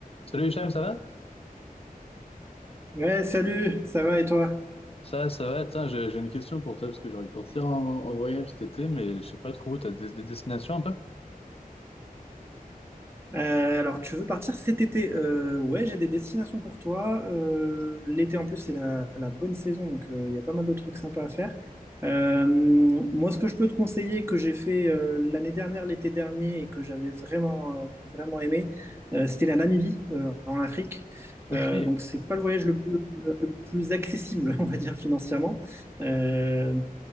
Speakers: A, on the left (about 40°); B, on the right (about 15°).
A: Salut Hicham, ça va?
B: Ouais, salut, ça va et toi?
A: Ça, ça va, tiens, j'ai j'ai une question pour toi parce que j'ai envie de partir en, en voyage cet été, mais je sais pas trop où, t'as des, des destinations un peu?
B: Euh, alors, tu veux partir cet été? Euh, ouais, j'ai des destinations pour toi. Euh, l'été, en plus, c'est la, la bonne saison, donc euh, il y a pas mal de trucs sympas à faire. Euh, moi, ce que je peux te conseiller, que j'ai fait euh, l'année dernière, l'été dernier, et que j'avais vraiment, euh, vraiment aimé, euh, c'était la Namibie, euh, en Afrique.
A: Ok.
B: Euh, donc, c'est pas le voyage le plus, le plus accessible, <laughs> on va dire, financièrement. Euh,